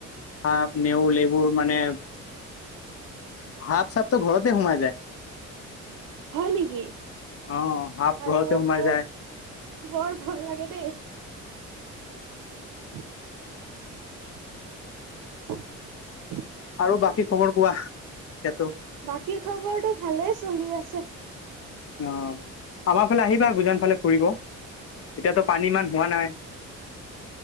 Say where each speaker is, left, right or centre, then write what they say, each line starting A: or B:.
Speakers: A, on the left; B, on the right.
A: সাপ নেউল এইবোৰ মানে। সাপ চাপট ঘৰতে সোমাই যায়।
B: হয় নেকি
A: অ সাপ
B: আয়
A: ঘৰতে সোমাই
B: বৰ।
A: যায়
B: বৰ ভয় লাগে দেই। <unintelligible>
A: আৰু বাকী খবৰ কোৱা সেটো।
B: বাকী খবৰটো ভালেই চলি আছে।
A: অ আমাৰ ফালে আহিবা গুজান ফালে ফুৰিব এতিয়াতো পানী ইমান হোৱা নাই।